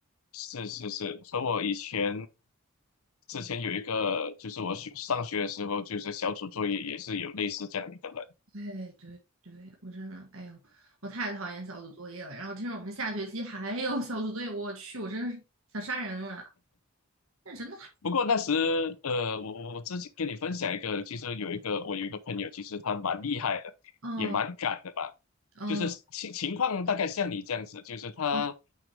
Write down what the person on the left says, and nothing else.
是是是，和我以前之前有一个，就是我学上学的时候，就是小组作业也是有类似这样的一个人。
不过那时，呃，我我我自己跟你分享一个，其实有一个我有一个朋友，其实他蛮厉害的，
也蛮敢的吧。
就是情情况大概像你这样子，就是他